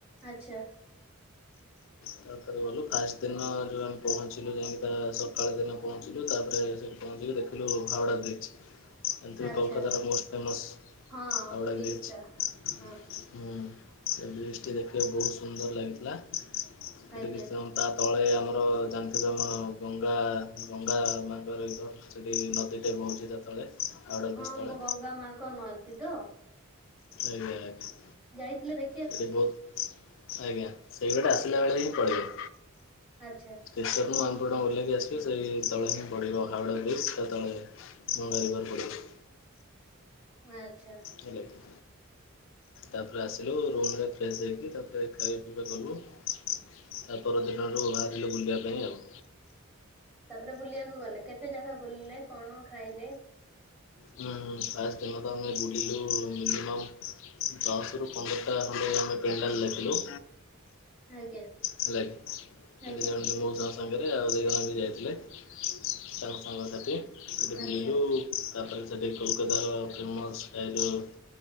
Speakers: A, in the centre; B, on the left.
A: ଆଚ୍ଛା।
B: ତାପରେ ଗଲୁ ଫାଷ୍ଟ ଦିନ ଯଉ ଆମେ ପହଞ୍ଚିଲୁ ଯାଇକି। ସକାଳ ଦିନ ପହଞ୍ଚିଲୁ ତାପରେ ସେଠି ପହଞ୍ଚିକି ଦେଖିଲୁ ହାଉଡା ବ୍ରିଜ୍ ଏମଟି ବି
A: ଆଚ୍ଛା
B: କଲକତାର ମୋଷ୍ଟ ଫେମସ୍।
A: ହଁ
B: ହାଉଡ଼ା
A: ବ୍ରିଜ
B: ବ୍ରିଜ
A: ଟା ହଁ
B: ହୁଁ। ସେ ବ୍ରିଜ୍ ଟି ଦେଖିବାକୁ ବହୁତ ସୁନ୍ଦର ଲାଗିଥିଲା। ସେଠ
A: ଆଜ୍ଞା
B: କି ତା ତଳେ ଆମର ଜାଣିଥିବ ଆମ ଗଙ୍ଗା ଗଙ୍ଗା ମାଙ୍କ ରିଭର୍। ସେଠି ନଦୀ ଟେ ପହଞ୍ଚି ତା ତଳେ। ହାଓଡ଼ା ବ୍ରିଜ
A: ହଁ
B: ତଳେ
A: ମୁଁ ଗଙ୍ଗା ମାଙ୍କ ନଦୀ ତ?
B: ଆଜ୍ଞା ଆଜ୍ଞା।
A: ଯାଇଥିଲେ ଦେ
B: ଏଠି ବହୁତ ଆଜ୍ଞା ସେଇ ବାଟେ ଆସିଲା ବେଳେ ହିଁ ପଳେଇବ।
A: ଆଚ୍ଛା।
B: ସେେର ମୁଁ ଆନ୍ଦପୁର ଟା ଓ୍ଲାଇକ ଆସିବି ସେଇ ତଳେ ହିଁ ପଡ଼ିବ ହାାଉଡ଼ା ବ୍ରିଜ୍ ତା ତଳେ। <unintelligible> ବାକୁ ପଡିବ।
A: ଆଚ୍ଛା।
B: ହେଲାକି? ତାପରେ ଆସିଲୁ ରୁମ୍ ରେ ଫ୍ରେଶ ହେଇକି ତାପରେ ଖାଇବା ପିଇବା କଲୁ। ତା ପରଦିନରୁ ବାହାରିଲୁ ବୁଲିବା ପାଇଁ ଆଉ।
A: ତାପରେ ବୁଲିବାକୁ ଗଲେ କେତେ ଜାଗା ବୁଲିଲେ କଣ ଖାଇଲେ?
B: ହୁଁ ଫାଷ୍ଟ ଦିନ ତ ଆମେ ବୁଲିଲୁ ମିନିମମ ଦଶ ରୁ ପନ୍ଦରଟା ଖଣ୍ଡ ଆମେ ପେଣ୍ଡାଲ ଲେଖିଲୁ।
A: ଆଜ୍ଞା।
B: ହେଲା <unintelligible>
A: ଆଜ୍ଞା
B: ସାଙ୍ଗରେ ଆଉ ଦୁଇ ଜଣ ବି ଯାଇଥିଲେ ତାଙ୍କ ସାଙ୍ଗ ସାଥି ସେଠି
A: ଆଚ୍ଛା
B: ବୁଲିଲୁ। ତା ପରେ ସେଠି କୋଲକାତାର ଫେମସ୍ ଏ ଯେଉଁ